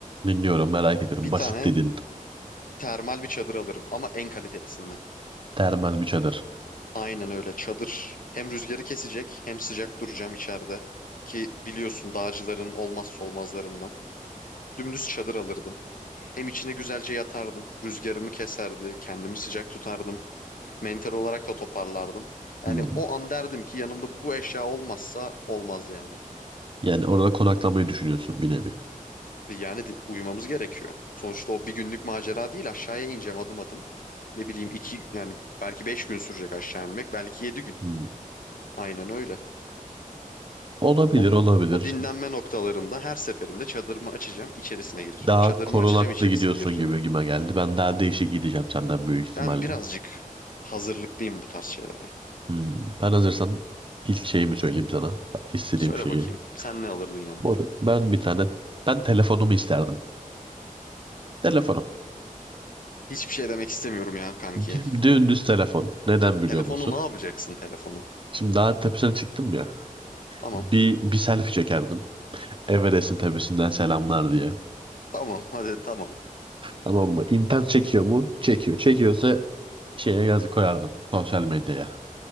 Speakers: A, on the right; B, on the left.
A: Dinliyorum merak ediyorum.
B: Bir
A: Basit
B: tane
A: dedin.
B: termal bir çadır alırım ama en kalitelisinden.
A: Termal bir çadır.
B: Aynen öyle çadır hem rüzgarı kesecek hem sıcak duracağım içeride. Ki biliyorsun dağcıların olmazsa olmazlarından. Dümdüz çadır alırdım. Hem içine güzelce yatardım. Rüzgarımı keserdi. Kendimi sıcak tutardım. Mental olarak da toparlardım. Yani
A: Hmm.
B: o an derdim ki yanımda bu eşya olmazsa olmaz yani.
A: Yani orada konaklamayı düşünüyorsun bir nevi.
B: Yani di- uyumamız gerekiyor. Sonuçta o bir günlük macera değil aşağıya ineceğim adım adım. Ne bileyim iki yani belki beş gün sürecek aşağı inmek belki yedi gün.
A: Hmm.
B: Aynen öyle.
A: Olabilir
B: O,
A: olabilir.
B: o dinlenme noktalarında her seferinde çadırımı açacağım içerisine gireceğim.
A: Daha
B: Çadırımı
A: korunaklı
B: açacağım içerisine
A: gidiyorsun
B: gireceğim.
A: gibi gime geldi. Ben daha değişik gideceğim senden büyük ihtimalle.
B: Ben birazcık hazırlıklıyım bu tarz şeylere.
A: Hmm. Ben hazırsan ilk şeyimi söyleyeyim sana. İstediğim
B: Söyle
A: şeyi.
B: bakayım sen ne alırdın yanına?
A: Moruk, ben bir tane ben telefonumu isterdim. Telefonum.
B: Hiçbir şey demek istemiyorum ya kanki.
A: Dü- Dümdüz telefon. Neden biliyor
B: Telefonu
A: musun?
B: ne yapacaksın telefonu?
A: Şimdi daha tepesine çıktım ya.
B: Tamam
A: Bir, bir selfie çekerdim. Everest'in tepesinden selamlar diye.
B: tamam hadi tamam.
A: Tamam mı? İnternet çekiyor mu? Çekiyor. Çekiyorsa şeye yazı koyardım. Sosyal medyaya.